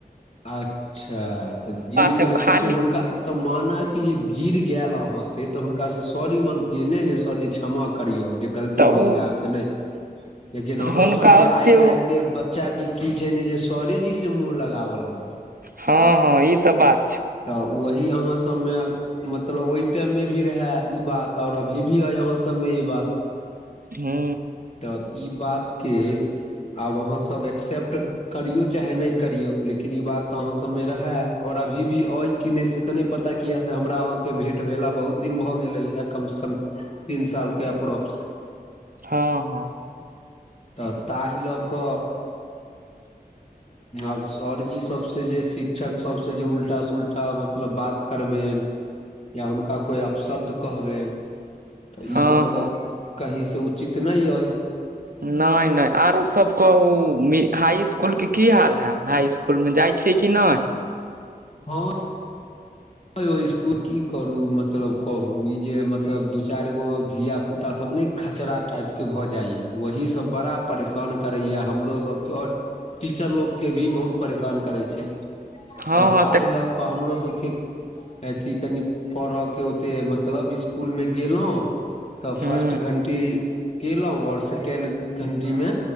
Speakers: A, on the left; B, on the right.
A: अच्छा त गिर
B: से
A: गेलै
B: खाली
A: तऽ फेर हुनका तऽ मान कि जे गिर गेल अहाँ से तऽ हुनका से सर ई माँगतियै ने जे सरज छमक करियौ जे गलती
B: तऽ
A: भऽ
B: ओ
A: गेलै आब के नहि लेकिन अहाँ
B: हुनका
A: सभके
B: ओते
A: आइ
B: ओ
A: काल्हि के बच्चा के कि छै ने जे सरेजी से मुँह लगाबय लग
B: ह ह ई तऽ बात छौ
A: तऽ वही अहाँ सभमे मतलब ओहि टाइम मे भी रहै ई बात आओर अभी भी हइ यहाँ सभमे ई बात
B: हू।
A: तऽ ई बात के आब अहाँ सभ एक्सेप्ट करियौ चाहे नहि करियौ लेकिन ई बात अहाँ सभमे रहै और अभी। भी अ कि नहि से तऽ नहि पता किया से हमरा अहाँकेँ भेट भेला बहुत दिन भऽ गेलैय कम से कम तीन साल के अप्रोप्स।
B: ह ह
A: तऽ ताहि लोक कऽ
B: <inaudible>
A: आब सरजी सभसँ जे शिक्षक सभसँ जे उल्टा सु उल्टा मतलब बात करबे या हुनका कोई अपशब्द कहबनि। तऽ
B: हँ
A: ईसभ तऽ
B: हँ
A: कही से उचित नहि आइ
B: नहि नहि आरो सभ कहू हाई इकुल के की हाल है हाई इकूल इसकुल मे जाइ छियै कि नहि
A: ह ह यौ इसकुल की करू मतलब कहू ई जे मतलब दू चारि गो धिया पुता सभ नहि खचरा टाइपके भ जाइए ओहीसभ बड़ा परेशान करैए हमरोसभके आओर टीचर लोकके भी बहुत परेशान करैत छै
B: हँ
A: तऽ
B: हँ
A: ताहि लऽ कऽ हमरोसभके अथी कनि पढ़य के ओते मतलब स्कुल मे गेलहूँ तऽ
B: ह
A: फर्स्ट घंटी कयलहुँ आओर सेकेण्ड घण्टी मे